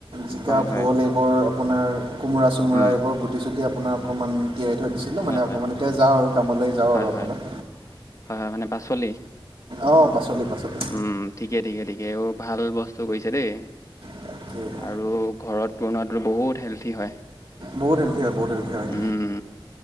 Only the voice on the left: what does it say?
হয় হয়
উম
হয়
হয়
হয়
হয় হয়, হয় মানে পাচলি?
উম ঠিকে ঠিকে ঠিকে, অ' ভাল বস্তু কৈছে দেই।
আৰু ঘৰত বনোৱাটো বহুত হেলদি হয়।
উম